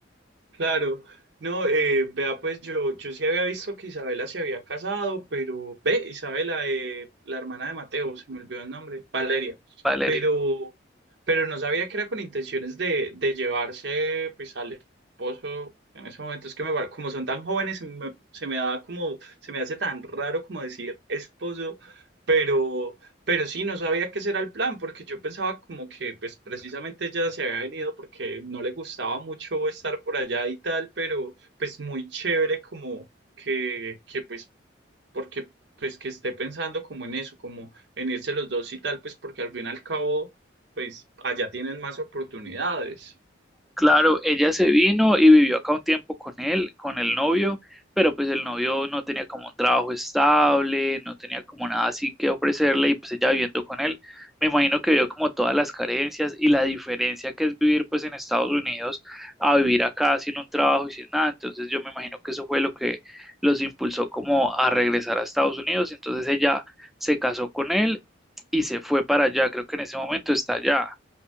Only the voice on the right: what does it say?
Claro, no, eh, vea, pues yo, yo sí había visto que Isabela se había casado, pero ve, Isabela, eh, la hermana de Mateo, se me olvidó el nombre, Valeria,
pero, pero no sabía que era con intenciones de, de llevarse pues al esposo en ese momento. Es que me, pare- como son tan jóvenes, se me, se me da como, se me hace tan raro como decir esposo, pero, Pero sí, no sabía qué era el plan, porque yo pensaba como que pues precisamente ella se había venido porque no le gustaba mucho estar por allá y tal, pero pues muy chévere como que, que pues, porque pues que esté pensando como en eso, como en irse los dos y tal, pues porque al fin y al cabo, pues allá tienen más oportunidades.